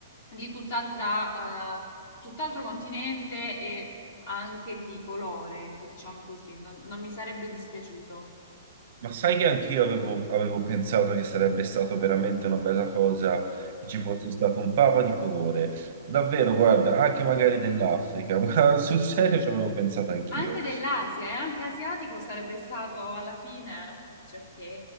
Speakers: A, on the left (about 50°); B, on the right (about 55°).
A: di tutt'altra, eh, tutt'altro continente e anche di colore, ecco, diciamo così. non non mi sarebbe dispiaciuto.
B: ma sai che anch'io avevo, avevo pensato che sarebbe stato veramente una bella cosa
A: Eh.
B: che ci fosse stato un papa di colore. Davvero, guarda, anche magari dell'Africa, <laughs> ma sul serio ci avevo pensato anch'io.
A: Anche dell'Asia, e anche asiatico sarebbe stato alla fine, um, dice ok.